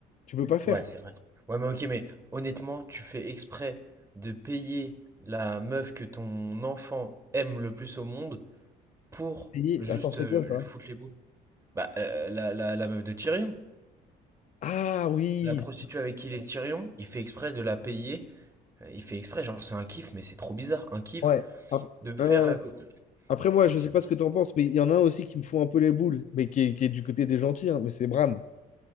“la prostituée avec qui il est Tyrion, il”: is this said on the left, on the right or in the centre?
Right